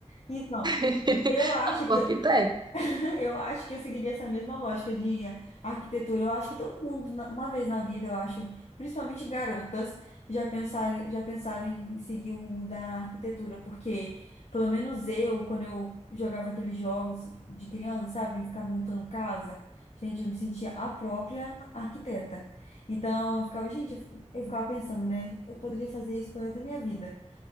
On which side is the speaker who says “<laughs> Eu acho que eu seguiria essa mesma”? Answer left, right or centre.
Left